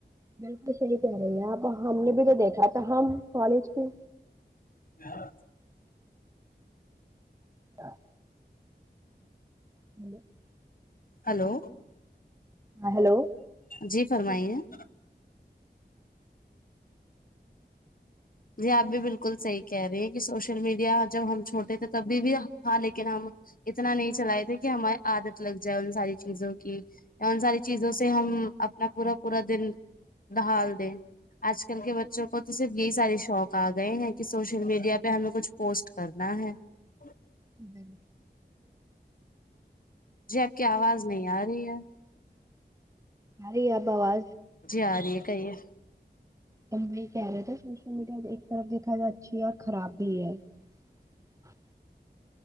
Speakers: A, on the right; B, on the left.
A: بالکل صحیح <unintelligible> کہہ رہی ہے اب ہم نے بھی جو دیکھا تھا ہم کالج کے
B: ہاں <unintelligible>
A: ہ <unintelligible> ہلو <unintelligible>
B: ہلو
A: ہیلو
B: جی فرمائیے <unintelligible> ہ <unintelligible> جی آپ بھی بالکل صحیح کہہ رہی ہیں کہ سوشل میڈیا جب ہم چھوٹے تھے تبھی بھی ہاں لیکن ہم اتنا نہیں چلائے تھے کہ ہمارے آدت <unintelligible> لگ جائے ان ساری چیزوں کی یا ان ساری چیزوں سے ہم اپنا پورا پورا دن ڈہال دیں آج کل کے بچوں کو تو صرف یہی ساری <unintelligible> شوق آ گئے ہیں کہ سوشل میڈیا پہ ہمیں کچھ پوسٹ کرنا ہے <unintelligible>
A: ب بال
B: جی آپ کی آواز نہیں آ رہی یار <unintelligible>
A: ارے اب آواز
B: جی آ رہی ہے کہیے
A: وہی کہہ رہے تھے سوشل میڈیا ایک طرف دیکھا جائے اچھی ہے اور خراب <unintelligible> یہ ہے <unintelligible>